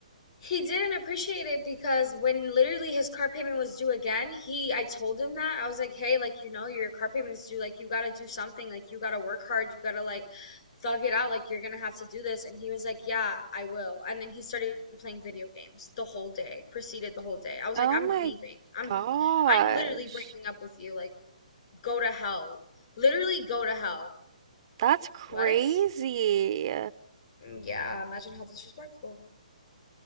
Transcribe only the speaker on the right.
Oh
my
gosh.
That's crazy.